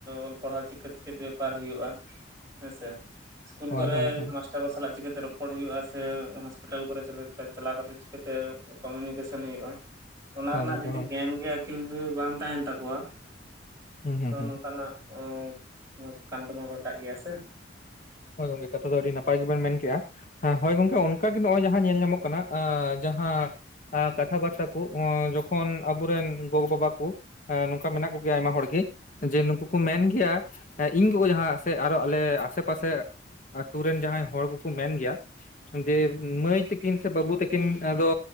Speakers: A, on the right; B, on the left.
A: ᱚᱞ ᱯᱟᱲᱦᱟᱣ ᱪᱮᱫ <inaudible> ᱪᱮᱫ ᱵᱮᱯᱟᱨ ᱦᱩᱭᱩᱜᱼᱟ, ᱦᱮᱸ ᱥᱮ, ᱥᱠᱩᱞ
B: ᱦᱳᱭ
A: ᱠᱚᱨᱮ
B: ᱦᱳᱭ ᱦᱳᱭ
A: ᱢᱟᱥ ᱴᱟᱨ ᱠᱚ ᱥᱟᱞᱟᱜ ᱪᱤᱠᱟᱹᱛᱮ ᱨᱚᱯᱚᱲ ᱦᱩᱭᱩᱜᱼᱟ ᱥᱮ ᱦᱚᱸᱥᱯᱤᱴᱟᱞ ᱠᱚᱨᱮ ᱪᱟᱞᱟ ᱪᱟᱞᱟᱣ ᱠᱟᱛᱮᱫ ᱪᱤᱠᱟᱹᱛᱮ ᱠᱚᱢᱤᱭᱩᱱᱤᱠᱮᱥᱚᱱ ᱦᱩᱭᱩᱜᱼᱟ, <inaudible> ᱚᱱᱟ
B: ᱦᱳᱭ
A: ᱨᱮᱱᱟᱜ
B: ᱜᱚᱝᱠᱮ
A: ᱡᱩᱫᱤ
B: ᱦᱳᱭ
A: ᱜᱮᱭᱟᱱ ᱜᱮ ᱟᱹᱠᱤᱞ ᱜᱮ ᱵᱟᱝ ᱛᱟᱦᱮᱱ ᱛᱟᱠᱚᱣᱟ,
B: ᱦᱩᱸ ᱦᱩᱸ
A: ᱛᱚ
B: ᱦᱩᱸ
A: ᱱᱚᱝᱠᱟᱱᱟᱜ ᱮᱸ ᱠᱟᱱᱰᱚ ᱢᱟ ᱜᱷᱚᱴᱟᱜ ᱜᱮᱭᱟ ᱥᱮ᱾
B: ᱦᱳᱭ ᱜᱚᱝᱠᱮ ᱠᱟᱛᱷᱟ ᱫᱚ ᱟᱹᱰᱤ ᱱᱟᱯᱟᱭ ᱜᱮᱵᱮᱱ ᱢᱮᱱ ᱠᱮᱫᱮᱜᱼᱟ᱾ ᱦᱮᱸ ᱦᱳᱭ ᱜᱚᱝᱠᱮ ᱚᱱᱠᱟ ᱜᱮ ᱱᱚᱜᱼᱚᱭ ᱡᱟᱦᱟᱸ ᱧᱮᱞ ᱧᱟᱢᱚᱜ ᱠᱟᱱᱟ ᱮᱸ ᱡᱟᱦᱟᱸ ᱠᱟᱛᱷᱟ ᱵᱟᱨᱛᱟ ᱠᱚ ᱚᱸ ᱡᱚᱠᱷᱚᱱ ᱟᱵᱚ ᱨᱮᱱ ᱜᱚᱜᱚ ᱵᱟᱵᱟ ᱠᱚ ᱱᱚᱝᱠᱟ ᱢᱮᱱᱟᱜ ᱠᱚᱜᱮᱭᱟ ᱟᱭᱢᱟ ᱦᱚᱲ ᱜᱮ ᱡᱮ ᱱᱩᱠᱩ ᱠᱩ ᱢᱮᱱ ᱜᱮᱭᱟ, ᱤᱧ ᱜᱚᱜᱚ ᱡᱟᱦᱟᱸ ᱥᱮ ᱟᱨᱦᱚᱸ ᱟᱞᱮ ᱟᱥᱮ ᱯᱟᱥᱮ ᱟᱛᱩ ᱨᱮᱱ ᱡᱟᱦᱟᱸᱭ ᱦᱚᱲ ᱠᱚᱠᱚ ᱢᱮᱱ ᱜᱮᱭᱟ ᱡᱮ ᱢᱟᱹᱭ ᱛᱟᱹᱠᱤᱱ ᱥᱮ ᱵᱟᱹᱵᱩ ᱛᱟᱹᱠᱤᱱ ᱟᱫᱚ